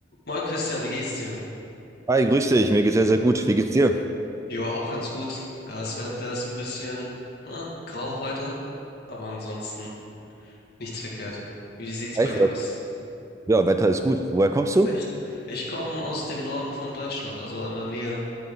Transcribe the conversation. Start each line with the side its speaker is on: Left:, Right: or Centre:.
Left: Moin Christian, wie geht's dir?
Right: Hi, grüß dich. Mir geht's sehr, sehr gut. Wie geht's dir?
Left: Ja, auch ganz gut. Äh, Das Wetter ist ein bisschen na, grau heute, aber ansonsten nichts verkehrt. Wie sieht's
Right: Echt?
Left: bei dir aus?
Right: Ja, Wetter ist gut. Woher kommst du?
Left: Echt? Ich komme aus dem Norden von Deutschland, also in der Nähe